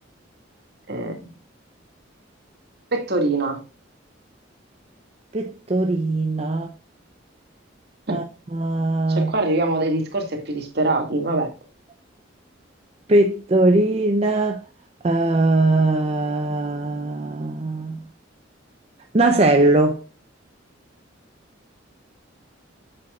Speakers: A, on the right (about 55°); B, on the right (about 30°).
A: eh, pettorina.
B: pettorina,
A: <laughs>
B: ah, ah,
A: Cioè qua arriviamo a dei discorsi più disperati, vabbè.
B: pettorina, ah, nasello,